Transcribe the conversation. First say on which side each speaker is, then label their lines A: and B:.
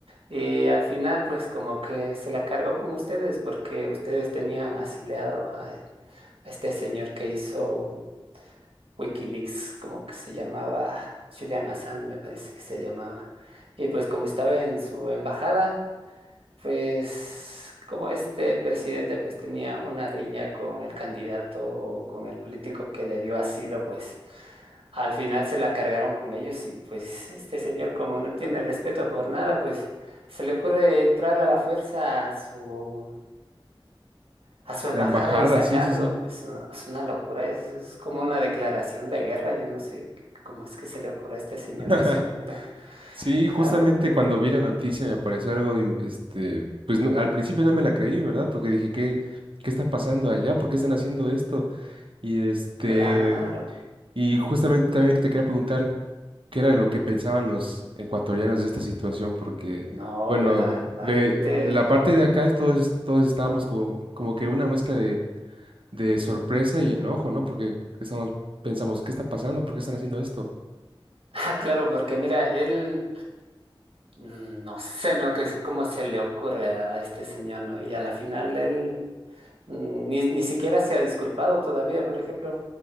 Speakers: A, on the right (about 85°); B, on the right (about 70°).
A: Y al final, pues como que se la cargó con ustedes porque ustedes tenían asilado a, eh, a este señor que hizo WikiLeaks, como que se llamaba Julian Assange, me parece que se llamaba. Y pues como estaba en su embajada. Pues como este presidente pues tenía una riña con el candidato o con el político que le dio asilo, pues al final se la cargaron con ellos y pues este señor como no tiene respeto por nada, pues se le ocurre entrar a la fuerza a su a su embajada
B: La embajada,
A: y sacarlo,
B: sí, sí, sí.
A: pues no, es una locura, es, es como una declaración de guerra, yo no sé cómo es que se le ocurre a este señor
B: <laughs>
A: eso, mira,
B: Sí,
A: claro,
B: justamente cuando vi la noticia me pareció algo, in- este, pues no- al principio no me la creí, ¿verdad? Porque dije, ¿qué, qué está pasando allá? ¿Por qué están haciendo esto? Y este,
A: claro.
B: y justamente también te quería preguntar qué era lo que pensaban los ecuatorianos de esta situación, porque,
A: No,
B: bueno,
A: pues la, la
B: de,
A: gente.
B: de la parte
A: <laughs>
B: de acá todos, todos estábamos como, como que una mezcla de, de sorpresa y enojo, ¿no? Porque estamos, pensamos, ¿qué está pasando? ¿Por qué están haciendo esto?
A: Ah, claro, porque mira, él, mm, no sé, ¿no? Que es cómo se le ocurre a este señor, ¿no? Y a la final él mm, ni, ni siquiera se ha disculpado todavía. Por ejemplo,